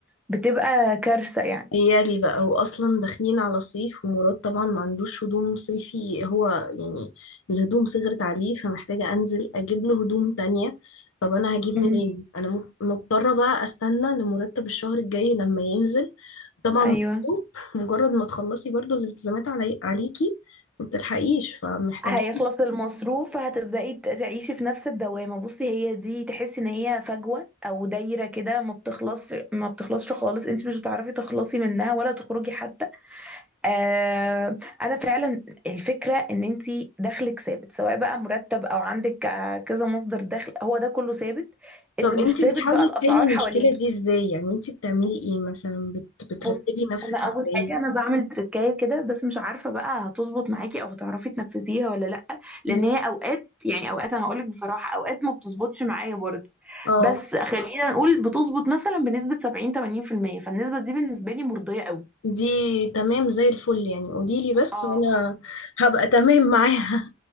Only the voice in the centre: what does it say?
بتبقى كارثة يعني
امم
ايوه
هيخلص المصروف فهتبدأي ت- تعيشي في نفس الدوامة بصي هي دي تحسي ان هي فجوة او دايرة كده ما بتخلص ما بتخلصش خالص انت مش هتعرفي تخلصي منها ولا تخرجي حتى آه انا فعلا الفكرة ان انت دخلك ثابت سواء بقى مرتب او عندك آه، كذا مصدر دخل هو ده كله ثابت
اللي مش
ثابت
بقى الاسعار
حواليكي
بص
انا اول
حاجه انا بعمل تركايه كده بس مش عارفه بقى هتظبط معاكي او هتعرفي تنفذيها ولا لا لان
هي اوقات يعني اوقات انا هقولك بصراحه اوقات ما بتظبطش معايا برضه
بس خلينا نقول بتظبط مثلا بنسبه 70 80% فالنسبه دي بالنسبه لي مرضيه قوي
اه